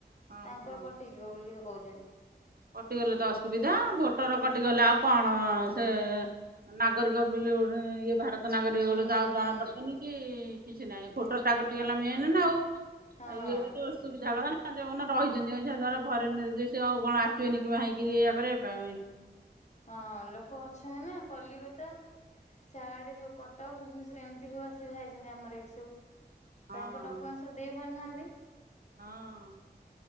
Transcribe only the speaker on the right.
ହଁ
ହଁ
କଟିଗଲେ ତ ଅସୁବିଧା ଭୋଟର କଟିଗଲେ ଆଉ କଣ ସେ ନାଗରିକ ବେଲି ଗୋଟେ ଇଏ ଭାରତ ନାଗରିକ
ବୋଲି ତ ଆଉ ଜଣା
ପଡିବନି। କି କିଛି ନାହିଁ ଭୋଟର ଟା କଟିଗଲା ମେନ୍ ନା ଆଉ
ଇଏରେ ତ ସୁବିଧା କଥା ନା ଯଉମାନେ ରହିଚନ୍ତି ଯାହା ଫରେନ୍ ରେ ଚୁନି କି ବାହା ହେଇକିରି ଏଇଆ କରିବା ପାଇଁ
ହଁ
ହଁ।